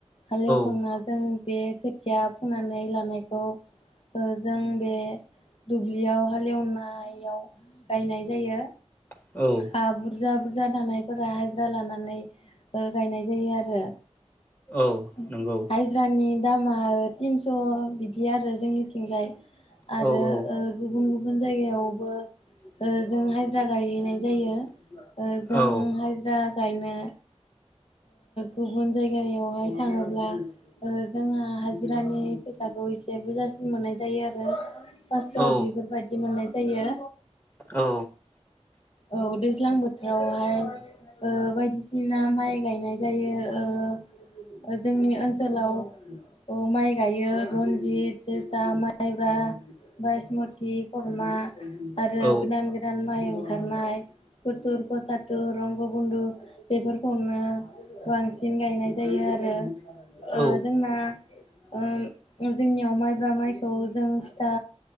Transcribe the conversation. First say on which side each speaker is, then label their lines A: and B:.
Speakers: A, on the left; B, on the left.
A: हालेवखांना
B: औ
A: जों बे खोथिया फुनानै लानायखौ ओ जों बे दुब्लियाव हालेवनायाव गायनाय जायो।
B: औ औ
A: हा बुरजा बुरजा थानायफोरा हाजिरा लानानै ओ गायनाय जायो आरो।
B: औ
A: <unintelligible>
B: नंगौ
A: हाजिरानि दामा तिनस' बिदि आरो जोंनिथिंजाय
B: औ
A: आरो
B: औ
A: ओ गुबुन गुबुन जायगायावबो ओ जों हाजिरा गायहैनाय जायो। जों
B: औ
A: हाजिरा गायनो गुबुन जायगायावहाय थाङोब्ला जोंहा हाजिरानि फैसाखौ एसे बुरजासिन मोननाय जायो आरो। पासस'
B: औ
A: बिफोरबायदि मोननाय जायो।
B: औ।
A: औ दैज्लां बोथोरावहाय ओ बायदिसिना माइ गायनाय जायो। ओ ओ जोंनि ओनसोलाव औ माइ गायो। रनजित, जोसा, माइब्रा, बाइसमति, खरमा आरो
B: औ
A: गोदान गोदान माइ ओंखारनाय। सुतथुर, फसातुर, रंग, बुन्दु बेफोरखौनो बांसिन गायनाय जायो आरो।
B: औ
A: ओ जोंना ओम जोंनियाव माइब्रा माइखौ जों फिथा